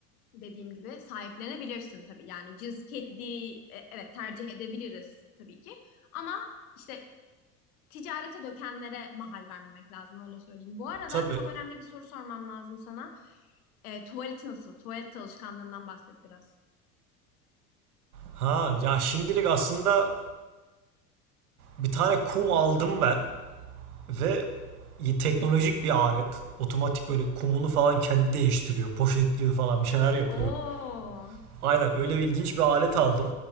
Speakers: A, on the left (about 70°); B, on the right (about 75°).
A: dediğim gibi sahiplenebilirsin tabii. Yani cins kedi e, evet tercih edebiliriz tabii ki ama işte ticarete dökenlere mahal vermemek lazım öyle söyleyeyim. Bu arada
B: tabii.
A: çok önemli bir soru sormam lazım sana. E, tuvaleti nasıl? Tuvalet alışkanlığından bahset biraz.
B: Ha ya şimdilik aslında bir tane kum aldım ben. Ve teknolojik bir alet. Otomatik böyle kumunu falan kendi değiştiriyor. Poşetliyor falan bir şeyler yapıyor.
A: Oo.
B: Aynen öyle bir ilginç bir alet aldım.